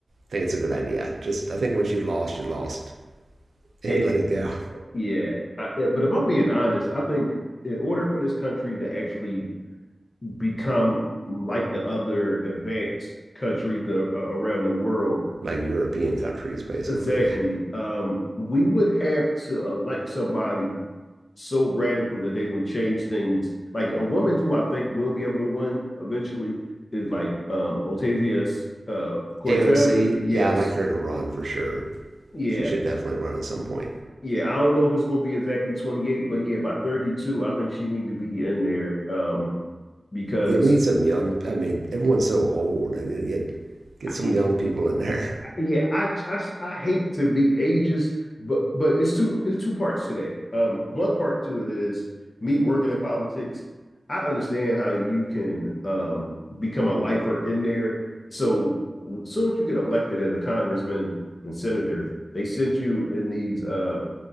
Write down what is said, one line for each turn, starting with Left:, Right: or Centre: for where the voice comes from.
Right: think it's a good idea. Just, I think once you lost, you lost and
Left: it,
Right: let it go.
Left: yeah. I, but if I'm being honest, I think in order for this country to actually become like the other advanced countries a, around the world,
Right: Like European countries, basically.
Left: exactly,
Right: Yeah.
Left: um, we would have to elect somebody so radical that they would change things. Like a woman who I think will be able to win eventually is like um Ocasio uh, Cortez.
Right: AOC,
Left: Yes,
Right: yeah, I like her to run for sure.
Left: yeah.
Right: She should definitely run at some point.
Left: Yeah, I don't know if it's going to be exactly 28, but yeah, by 32, I think she need to be in there um because
Right: Yeah, we need some young. I mean, everyone's so old. I mean, get get some
Left: yeah,
Right: young people in there,
Left: yeah, I, I I hate to be ageist, but but it's two it's two parts to that. Um one part to it is me working in politics. I understand how you can um become a lifer in there. So soon as you get elected as a congressman and senator, they sent you in these uh